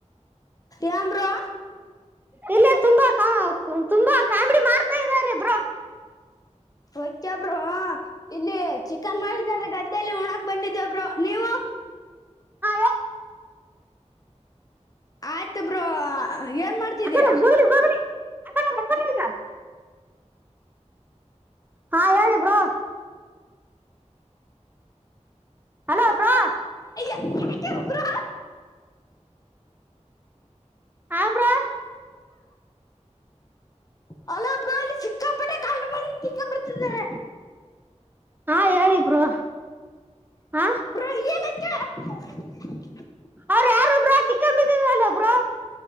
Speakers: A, on the left; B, on the right.
A: ಏನ್ ಬ್ರೋ
B: ಇಲ್ಲಿ ತುಂಬಾ ತುಂಬಾ ಕಾಮಿಡಿ ಇದ್ದಾರೆ ಬ್ರೋ
A: ವೈತ್ಯಾ ಬ್ರೋ ಇಲ್ಲಿ ಚಿಕನ್ ಮಾಡಿದಾರ ಗದ್ದೆಯಲ್ಲಿ ಉಣ ಬಂದಿದ್ದೇ ಬ್ರೋ ನೀವು
B: ಹಾ
A: ಆಯ್ತು ಬ್ರೋ ಏನ್ ಮಾಡ್ತಿದ್ದೀಯಾ
B: ಆ ಕಡೆ ಗೂಗ್ಲಿ ಗೂಗ್ಲಿ ಆ ಕಡೆ ಆ ಕಡೆ ಈಗ. ಹಾ ಹೇಳಿ ಬ್ರೋ ಹಲೋ ಬ್ರೋ
A: ಯಾಕೆ ಬ್ರೋ,
B: ಅ ಬ್ರೋ
A: ಹಲೋ ಬ್ರೋ ಇಲ್ಲಿ ಸಿಕ್ಕಾಪಟ್ಟ <unintelligible> ತಿಂಕ ಬಿಡ್ತಿದ್ದಾರೆ.
B: ಹಾ ಹೇಳಿ ಬ್ರೋ ಹಾ
A: ಬ್ರೋ <unintelligible>
B: ಅವರು ಯಾರು ಬ್ರೋ <unintelligible> ಬ್ರೋ